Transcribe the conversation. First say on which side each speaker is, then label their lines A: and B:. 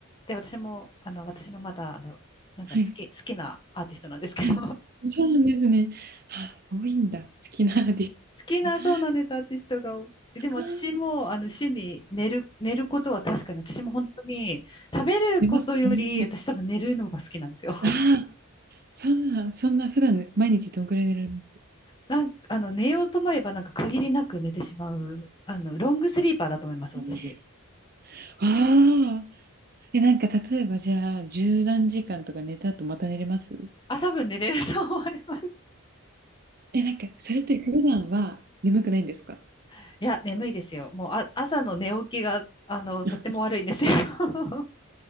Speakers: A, on the left; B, on the right.
A: で私もあの私のまだあのなんだろう好き、
B: はい。
A: 好きなアーティストなんですけど
B: はい。そうなんですね。あ、多いんだ、好きなアーティス
A: 好きな、
B: トが。あ
A: そうなんです、アーティストが多くて。でも私も、
B: あ。
A: あの、趣味、寝る、寝ることは確かに、私も本当に、食べることより、
B: 寝ます？<unintelligible>
A: 私多分寝るのが好きなんですよ。<laughs>
B: ああ、そんなそんな普段毎日どんくらい寝られます？
A: なんか、あの、寝ようと思えば、なんか限りなく寝てしまう、あの、ロングスリーパーだと思います、私。
B: ええ、ああ。え、なんか例えばじゃあ、十何時間とか寝た後また寝れます？
A: あ、多分寝れると思います。
B: え、なんかそれって普段は眠くないんですか？
A: <laughs> いや、眠いですよ。もう、あ、朝の寝起きが、あの、
B: <laughs>
A: とっても悪いんですよ。<laughs>